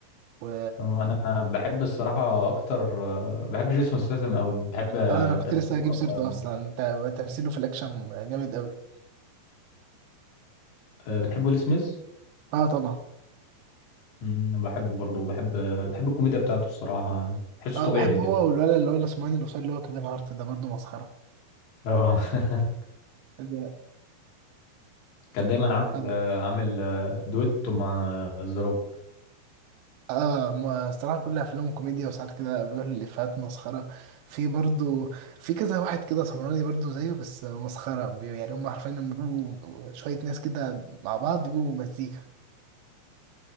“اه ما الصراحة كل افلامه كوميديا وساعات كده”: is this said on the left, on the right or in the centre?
Right